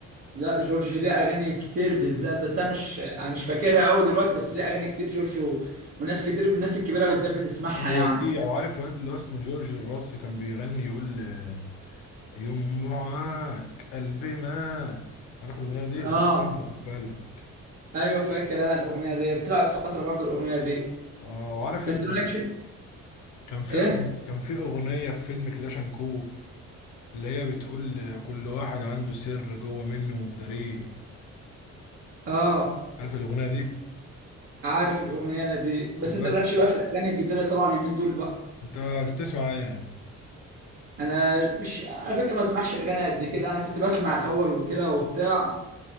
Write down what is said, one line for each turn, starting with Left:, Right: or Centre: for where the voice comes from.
Right: لا جورج ليه اغاني كتير بالذات بس انا مش انا مش فاكرها قوي دلوقتي بس ليه اغاني كتير جورج و... وناس كتير من الناس الكبيره بالذات بتسمعها
Left: هو
Right: يعني
Left: دي وعارف الواد اللي هو اسمه جورج الراسي كان بيغني يقول آه، يوم معاك قلبي مات عارف الاغنيه دي الاغنيه
Right: اه
Left: دي جامده خد بالك
Right: ايوه فاكر انا الاغنيه دي طلعت فتره برضو الاغنيه دي
Left: اه وعارف
Right: بس
Left: انت
Right: مالكش
Left: كان في
Right: ايه
Left: أغ- كان في أغنية في فيلم كلاش أند كوف اللي هي بتقول كل واحد عنده سر جوه منه ومداريه
Right: اه
Left: عارف الأغنية دي؟
Right: عارف الاغنيه انا دي بس
Left: خد
Right: انت
Left: بالك
Right: مالكش بقى في الاغاني الجديده اللي طالعه اليومين دول بقى
Left: أنت أنت بتسمع إيه؟
Right: انا مش على فكره ما بسمعش اغاني قد كده انا كنت بسمع الاول وكده وبتاع